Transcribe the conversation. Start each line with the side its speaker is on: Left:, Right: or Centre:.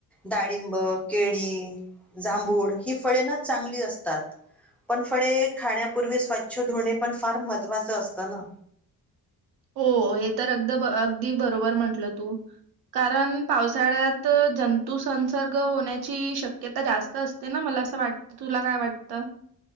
Centre: डाळिंब, केळी, जांभूळ ही फळे ना चांगली असतात. पण फळे खाण्यापूर्वी स्वच्छ धुणे पण फार महत्त्वाचं असतं ना.
Right: हो हे तर अगद अगदी बरोबर म्हंटलं तू. कारण पावसाळ्यात जंतुसंसर्ग होण्याची शक्यता जास्त असते. ते ना मला असं वाटत तुला काय वाटतं?